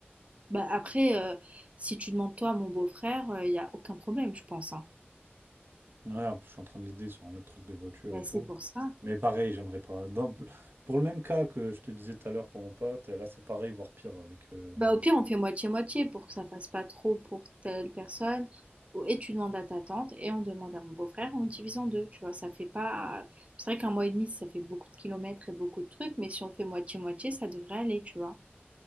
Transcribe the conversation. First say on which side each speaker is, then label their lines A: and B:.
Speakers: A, on the right; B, on the right.
A: Bah après, euh, si tu demandes toi à mon beau-frère, il n'y a aucun problème, je pense, hein.
B: Ouais, en plus, je suis en train de l'aider sur un autre truc de voiture
A: Bah,
B: et tout.
A: c'est pour ça.
B: Mais pareil, j'aimerais pas. Dans- pour le même cas que je te disais tout à l'heure pour mon pote, là, c'est pareil, voire pire avec, euh,
A: Bah,
B: avec.
A: au pire, on fait moitié-moitié pour que ça fasse pas trop pour telle personne. Ou- Et tu demandes à ta tante et on demande à mon beau-frère, on le divise en deux, tu vois, ça fait pas... C'est vrai qu'un mois et demi, ça fait beaucoup de kilomètres et beaucoup de trucs, mais si on fait moitié-moitié, ça devrait aller, tu vois.